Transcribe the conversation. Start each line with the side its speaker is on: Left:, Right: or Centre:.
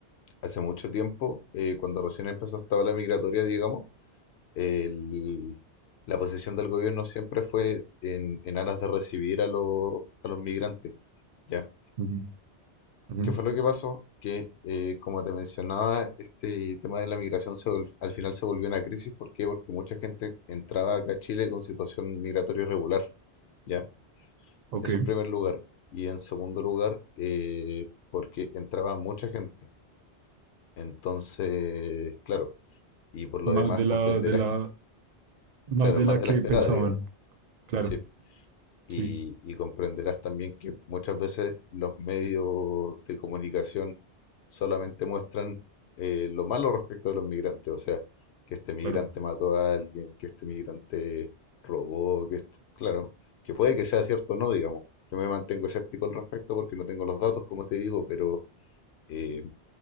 Left: hace mucho tiempo, eh, cuando recién empezó esta ola migratoria, digamos, el- la posición del gobierno siempre fue en, en aras de recibir a los, a los migrantes, ¿ya?
Right: Ujú, ujú.
Left: ¿Qué fue lo que pasó? Que, eh, como te mencionaba, este tema de la migración se vol- al final se volvió una crisis. ¿Por qué? Porque mucha gente entraba acá a Chile con situación migratoria irregular, ¿ya?
Right: Ok,
Left: Eso en primer lugar. Y en segundo lugar, eh, porque entraba mucha gente. Entonces, claro, y por lo
Right: más
Left: demás
Right: de
Left: comprenderás,
Right: la, de la, Más
Left: claro,
Right: de
Left: más
Right: la
Left: de
Right: que
Left: la esperada,
Right: pensaban.
Left: digamos.
Right: Claro,
Left: Sí. Y,
Right: sí,
Left: y comprenderás también que muchas veces los medios de comunicación solamente muestran eh, lo malo respecto de los migrantes, o sea, que este migrante
Right: claro.
Left: mató a alguien, que este migrante robó, que este- claro, que puede que sea cierto o no, digamos. Yo me mantengo escéptico al respecto porque no tengo los datos, como te digo, pero eh,